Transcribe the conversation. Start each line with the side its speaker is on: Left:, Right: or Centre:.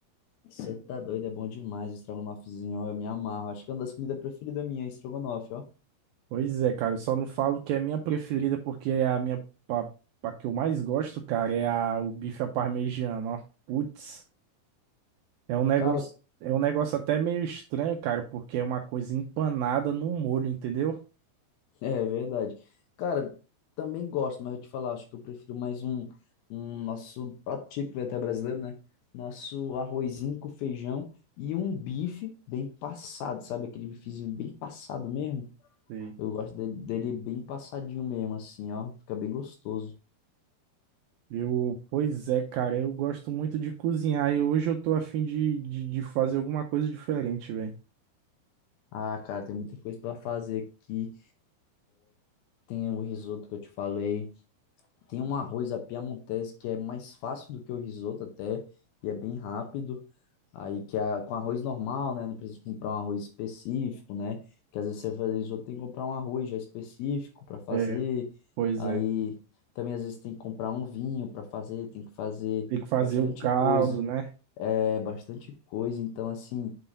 Left: Você tá doido, é bom demais o estrogonofezinho, ó. Eu me amarro. Acho que é uma das comidas preferidas minha, estrogonofe, ó.
Right: Pois é, cara, eu só não falo que é a minha preferida, porque é a minha, a, a que eu mais gosto, cara, é a, o bife à parmegiana, ó. Putz. É um negócio,
Left: Cara,
Right: é um negócio até meio estranho, cara, porque é uma coisa empanada no molho, entendeu?
Left: É verdade. Cara, também gosto, mas eu te falar, acho que eu prefiro mais um, um nosso prato típico até brasileiro, né? Nosso arrozinho com feijão e um bife bem passado, sabe? Aquele bifezinho bem passado mesmo.
Right: Sei.
Left: Eu gosto de- dele bem passadinho mesmo, assim, ó. Fica bem gostoso.
Right: Eu, pois é, cara, eu gosto muito de cozinhar e hoje eu tô afim de, de, de fazer alguma coisa diferente, velho.
Left: Ah, cara, tem muita coisa pra fazer aqui. Tem o risoto que eu te falei. Tem um arroz à piamontese que é mais fácil do que o risoto até e é bem rápido. Aí que a, com arroz normal, né? Não precisa comprar um arroz específico, né? Que às vezes você faz risoto, tem que comprar um arroz já específico para fazer.
Right: É, Pois
Left: Aí
Right: é.
Left: também às vezes tem que comprar um vinho para fazer, tem que fazer
Right: Tem que fazer
Left: bastante
Right: o caldo,
Left: coisa.
Right: né?
Left: É, bastante coisa. Então, assim,